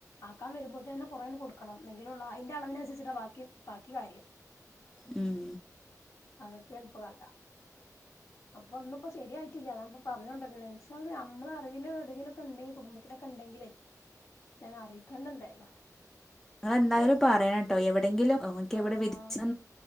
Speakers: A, on the left; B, in the centre.
A: ആക്കാൻ വരുമ്പോത്തേ തന്നെ കൊറെേന്ന് കൊടുക്കണം എങ്കിലുംള്ള അതിന്റെ അളവിനനുസച്ചിട്ട് ബാക്കി ബാക്കി കാര്യം
B: ഉം
A: അതക്കെനപ്പടാത അപ്പൊന്ന ഇപ്പോ ശരിയായിട്ടില്ല ാൻിപ്പ പറഞ്ഞോൊണ്ടരെൽ നമ്മളറിൽ ഏതെങ്കിലൊക്കെ ഉണ്ടെങ്ക കുടുംബത്തിലൊക്കെ ഉണ്ടെങ്കിൽ ഞാൻ അറിയിക്കണ്ട എന്തായാലോ
B: നിങ്ങെന്തായാലും പറയണം കേട്ടോ എവിടെയെങ്കിലുംക്ക്
A: ആഹ്
B: എവിടെ വിച്ച